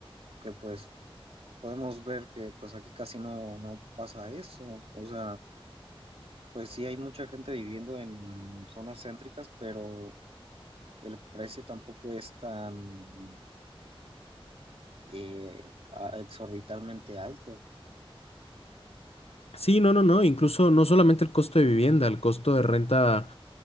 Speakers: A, on the right; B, on the left.
A: que pues podemos ver que pues aquí casi no, no pasa eso. O sea, pues sí hay mucha gente viviendo en zonas céntricas, pero el precio tampoco es tan eh, a- exorbitalmente alto,
B: Sí, no, no, no, incluso no solamente el costo de vivienda, el costo de renta.